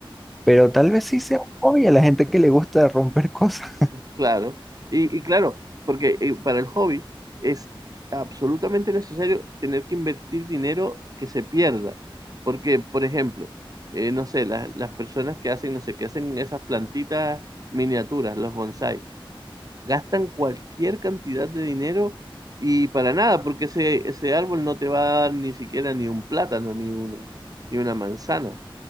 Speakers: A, in the centre; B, on the right (about 40°).
A: Pero tal vez sí sea un hobby a la gente que le gusta romper cosas.
B: Claro, y, y claro, porque eh, para el hobby es absolutamente necesario tener que invertir dinero que se pierda, porque, por ejemplo, eh, no sé, las, las personas que hacen, no sé, que hacen esas plantitas miniaturas, los bonsai, gastan cualquier cantidad de dinero y para nada, porque ese, ese árbol no te va a dar ni siquiera ni un plátano, ni una, ni una manzana,